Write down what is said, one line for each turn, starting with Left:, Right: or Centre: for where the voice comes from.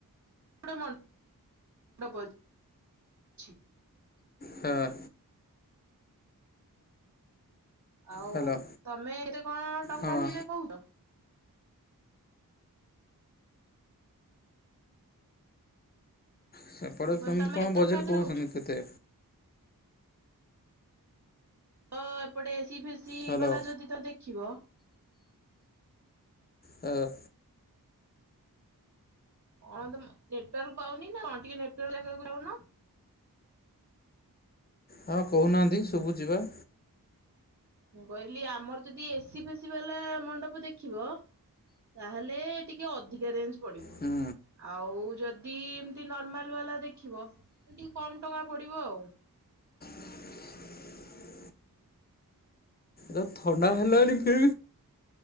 Right: ଟେ ମଣ୍ଡପ ଅଛି। <inaudible>
Left: ହଁ।
Right: ଆଉ
Left: ହ୍ୟାଲୋ
Right: ତମେ ଏତେ କଣ ଟଙ୍କା
Left: ହଁ
Right: ଭି <unintelligible> କୋହୁଚ।
Left: ସେପଟେ
Right: ମୁଁ କହିଲି
Left: କେମତି
Right: ତମେ
Left: କଣ
Right: କେତେ
Left: ବଜେଟ
Right: ଟଙ୍କା ଭିତରେ
Left: କୋହୁଚନ୍ତି
Right: କହୁଛ?
Left: କେତେ?
Right: ତ ଏପଟେ ଏସିି ଫେସି
Left: ହ୍ୟାଲୋ
Right: ବାଲା ଯଦି ତ ଦେଖିବ।
Left: ହଁ।
Right: କଣ ତମ ନେଟୱାର୍କ ପାଉନି ନା କଣ ଟିକେ ନେଟୱାର୍କ ଜାଗାକୁ ଯାଉନ।
Left: ହଁ କୋହୁନାହାନ୍ତି ଶୁବୁଚି ପା।
Right: ମୁଁ କହିଲି ଆମର ଯଦି ଏସି ଫେସି ବାଲା ମଣ୍ଡପ ଦେଖିବ। ତାହେଲେ ଟିକେ ଅଧିକା ରେଞ୍ଜ ପଡିବ
Left: ହୁଁ
Right: ଆଉ ଯ ଦି ଏମତି ନର୍ମାଲ ବାଲା ଦେଖିବ ତାହେଲେ ଟିକେ କମ୍ ଟଙ୍କା ପଡିବ ଆଉ।
Left: ସ ସ ସ ତ ଥଣ୍ଡା ହେଲାଣି କି?